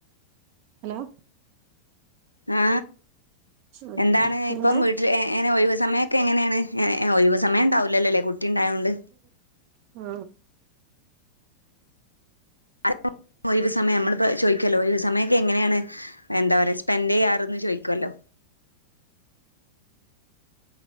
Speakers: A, on the right (about 45°); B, on the left (about 85°).
A: ഹലോ?
B: ആ
A: ഉം
B: എന്താണ്
A: പിന്നെ
B: പ്പം വീട്ട്ൽ ഏ എങ്ങനെ ഒഴിവ്സമയൊക്കെങ്ങനേണ്, ഏ ഒഴിവ് സമയംണ്ടാവൂലല്ലോ ലെ കുട്ടിണ്ടായോണ്ട്.
A: ആ
B: അലോ. ഒഴിവ് സമെയം അമ്മളിപ്പോ ചോയ്ക്കല്ലോ ഒഴിവ് സമയൊക്കെ എങ്ങനേണ്, എന്താ പറയാ സ്പെൻഡെയ്യാറ്ന്ന് ചോയിക്കല്ലോ